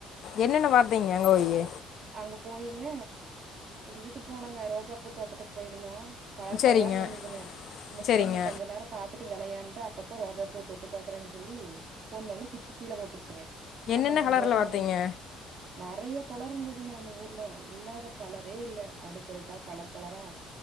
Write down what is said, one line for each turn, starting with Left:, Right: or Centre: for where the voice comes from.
Left: என்னன்ன வார்த்தைங்க அங்க போயி
Right: அங்க போயிங்க இதுக்கு போனோங்க ரோஜாப்பூ தோட்டத்துக்கு போயிருந்தோ கலர்
Left: சரிங்க
Right: கலரா இருந்ததுங்க இந்த
Left: சரிங்க
Right: புள்ளைங்க கொஞ்ச நேரம் பாத்துட்டு விளையான்ட்டு அப்பப்போ ரோஜா பூ தொட்டு பாக்குறேன்னு சொல்லி ஒன்னொன்னு பிச்சு கீழ போட்ருச்சுங்க
Left: என்னென்ன
Right: அப்றோ நா
Left: கலரில்
Right: சொன்னங்க
Left: வார்த்தைங்க
Right: நறையா கலர்யிருந்து இதுங்க அந்த ஊர்ல இல்லாத கலரே இல்ல அடுக்கடுக்கா கலர் கலரா